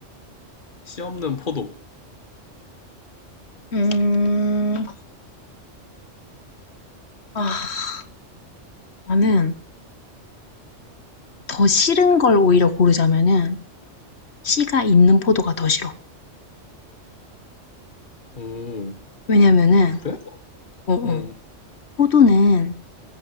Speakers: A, on the left; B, on the left.
A: 씨 없는 포도.
B: 음, 아, 나는 더 싫은 걸 오히려 고르자면은 씨가 있는 포도가 더 싫어.
A: 오,
B: 왜냐면은,
A: 그래?
B: 어, 어,
A: 응.
B: 포도는